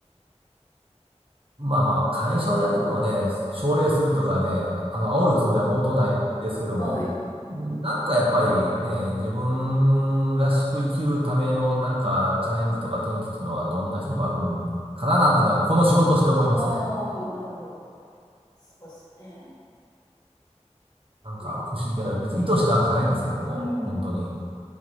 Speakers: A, on the right (about 50°); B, on the left (about 35°).
A: まあまあ、会社を辞めるのをね、奨励するとかね、あの、煽るつもりは毛頭ないですけども、
B: はい。
A: うんなんかやっぱりね、自分らしく生きるためのなんかチャレンジとか転機っていうのはどんな人にもあるんかななんていうのは、
B: うん。うん、
A: この仕事をして思いますね。
B: ああ、なるほど。そうですよね。
A: なんか不思議な、
B: ね。うん。
A: 別に意図したわけじゃないんですけども、
B: うん
A: 本当に。